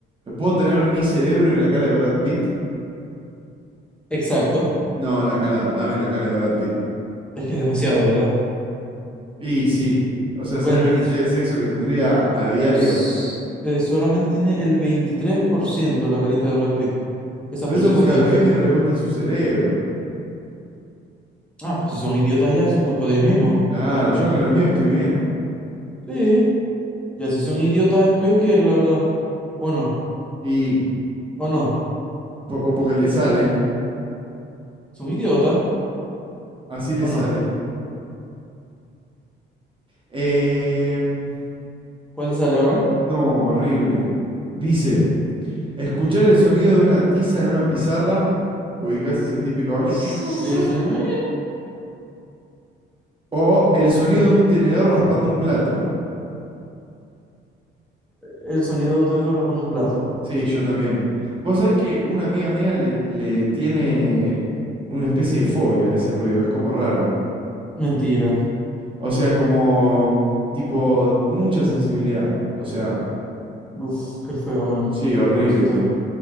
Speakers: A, on the right; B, in the centre.
A: ¿puedo tener mi cerebro y la cara de Brad Pitt?
B: Exacto.
A: No, la cara, dame la cara de Brad Pitt.
B: Es que es demasiado, ¿verdad?
A: Y sí, o sea,
B: Bueno,
A: ¿sabés la
B: y
A: cantidad
B: s-
A: de sexo que tendría a diario?
B: s- eh, solamente tiene el 23% la carita de Brad Pitt. Esa
A: Pero
B: preciosidad,
A: eso porque a la gente
B: ¿oíste?
A: no le gusta su cerebro.
B: Ah, pues si son idiotas ya, eso es culpa de ellos mismos.
A: Claro, yo con el mío estoy bien.
B: Sí, ya si son idiotas es porque ellos quieren, la verdad. ¿O no?
A: Y,
B: ¿O no?
A: po- o porque le sale,
B: ¿Son idiotas?
A: así le
B: ¿O
A: sale.
B: no?
A: Em,
B: ¿Cuál te sale ahora?
A: no, horrible. Dice, Escuchar el sonido de una tiza en una pizarra. Ubicás ese típico. <laughs>
B: Sí, sí. eh.
A: O el sonido de un tenedor raspando un plato.
B: El sonido de un tenedor raspando un plato.
A: Sí, yo también. Vos sabés que una amiga mía le, le tiene una especie de fobia a ese ruido. Es como raro.
B: Mentira.
A: O sea, como. Tipo, mucha sensibilidad. O sea,
B: Uf, qué feo, man.
A: sí, horrible,
B: Pobrecito.
A: boludo.